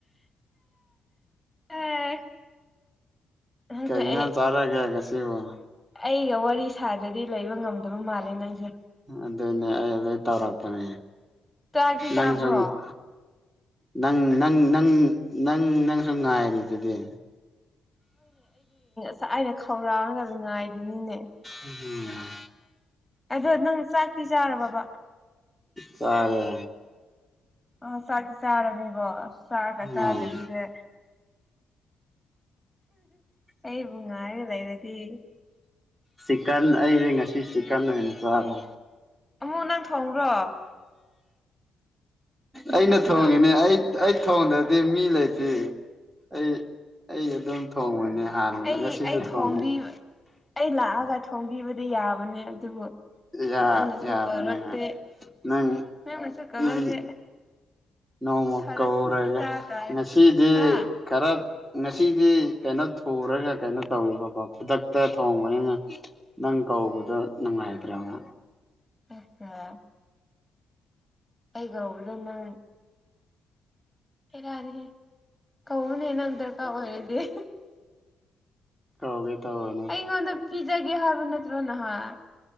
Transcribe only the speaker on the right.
ꯀꯩ ꯏꯟꯖꯥꯡ
ꯆꯥꯔꯒꯦ ꯉꯁꯤꯕꯣ
ꯑꯗꯨꯏꯅꯦ ꯑꯩ ꯑꯗꯨꯏ ꯇꯧꯔꯛꯄꯅꯦ
ꯅꯪꯁꯨ
ꯅꯪ ꯅꯪ ꯅꯪ ꯅꯪ ꯅꯪꯁꯨꯨꯝ ꯉꯥꯏꯔꯤꯗꯨꯗꯤ
ꯎꯝ
ꯐꯔꯦ
ꯎꯝ
ꯆꯤꯀꯟ ꯑꯩꯁꯦ ꯉꯁꯤ ꯆꯤꯛꯀꯟ ꯑꯣꯏꯅ ꯆꯥꯔꯣ
ꯑꯩꯅ ꯊꯣꯡꯉꯤꯅꯦ
ꯑꯩ ꯑꯩ ꯊꯣꯡꯗ꯭ꯔꯗꯤ ꯃꯤ ꯂꯩꯇꯦ ꯑꯩ ꯑꯩ ꯑꯗꯨꯝ ꯊꯣꯡꯕꯅꯦ ꯍꯥꯟꯅ
ꯉꯁꯤꯁꯨ
ꯊꯣꯡꯉꯦ
ꯌꯥ
ꯌꯥꯕꯅꯦ
ꯍꯣꯏ ꯅꯪ
ꯅꯪ ꯅꯣꯡꯃ
ꯀꯧꯔꯒꯦ
ꯉꯁꯤꯗꯤ
ꯈꯔ ꯉꯁꯤꯗꯤ ꯀꯩꯅꯣ ꯊꯨꯔꯒ ꯀꯩꯅꯣ ꯇꯧꯋꯦꯕꯀꯣ ꯈꯨꯗꯛꯇ ꯊꯣꯡꯕꯅꯤꯅ ꯅꯪ ꯀꯧꯕꯗꯣ ꯅꯨꯡꯉꯥꯏꯇ꯭ꯔꯕ
ꯀꯧꯒꯦ ꯇꯧꯕꯅꯦ